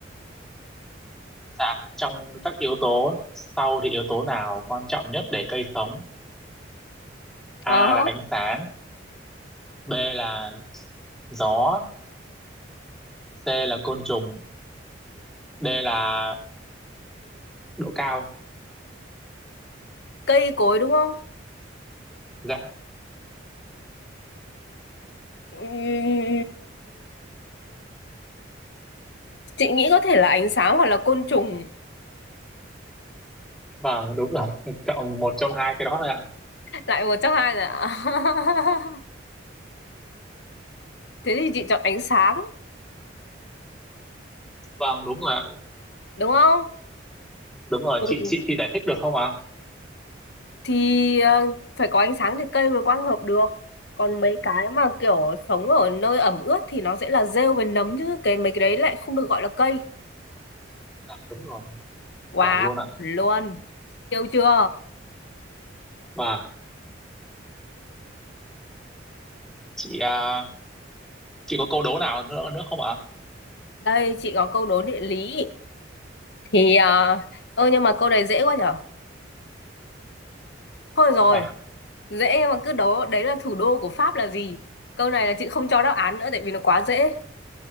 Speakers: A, in the centre; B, on the left (about 60°).
A: dạ trong các yếu tố sau thì yếu tố nào quan trọng nhất để cây sống A
B: Ờ,
A: là ánh sáng B là gió C là côn trùng D là độ cao
B: cây cối đúng không?
A: dạ
B: Ừm, chị nghĩ có thể là ánh sáng hoặc là côn trùng
A: vâng đúng rồi chọn một trong hai cái đó thôi ạ
B: lại một trong hai là <laughs> thế thì chị chọn ánh sáng
A: vâng đúng rồi ạ.
B: đúng không
A: đúng rồi
B: Ừ.
A: chị chị chị giải thích được không ạ
B: thì ờ, phải có ánh sáng thì cây mới quang hợp được còn mấy cái mà kiểu sống ở nơi ẩm ướt thì nó sẽ là rêu với nấm chứ cái mấy cái đấy lại không được gọi là cây
A: dạ đúng rồi
B: wow
A: vâng luôn ạ
B: chuẩn luôn siêu chưa
A: và chị à, Chị có câu đố nào nữa nữa không ạ?
B: đây chị có câu đố địa lý thì ờ ơ nhưng mà câu này dễ quá nhở thôi rồi
A: À,
B: Dễ mà cứ đó, đấy là thủ đô của Pháp là gì? Câu này là chị không cho đáp án nữa tại vì nó quá dễ.